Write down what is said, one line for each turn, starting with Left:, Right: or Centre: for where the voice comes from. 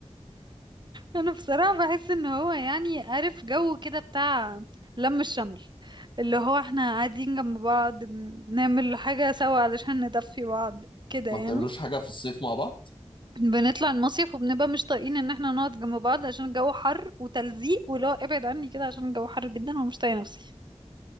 Right: انا بصراحة بحس ان هو يعني عارف جو كده بتاع لم الشمل اللي هو احنا قاعدين جنب بعض بنعمل حاجة سوا علشان ندفي بعض كده يعني
Left: ما بتعملوش حاجة في الصيف مع بعض
Right: بنطلع المصيف وبنبقى مش طايقين ان احنا نقعد جنب بعض عشان الجو حر وتلزيق ولو ابعد عني كده عشان الجو حر جدا ومش طايقة نفسي